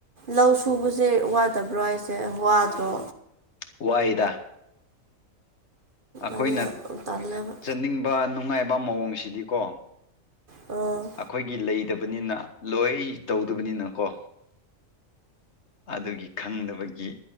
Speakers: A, on the right (about 40°); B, on the left (about 55°).
A: ꯂꯧ ꯁꯨꯕꯁꯦ ꯋꯥꯗꯕ꯭ꯔꯣ ꯍꯥꯏꯁꯦ ꯋꯥꯗꯔꯣ
B: ꯋꯥꯏꯗ ꯑꯩꯈꯣꯏꯅ
A: ꯑꯗꯨꯅ ꯇꯜꯂꯦꯕ
B: ꯆꯠꯅꯤꯡꯕ ꯅꯨꯡꯉꯥꯏꯕ ꯃꯑꯣꯡꯁꯤꯗꯤꯀꯣ
A: ꯑꯣ
B: ꯑꯩꯈꯣꯏꯒꯤ ꯂꯩꯗꯕꯅꯤꯅ ꯂꯣꯏ ꯇꯧꯗꯕꯅꯤꯅ ꯀꯣ ꯑꯗꯨꯒꯤ ꯈꯪꯗꯕꯒꯤ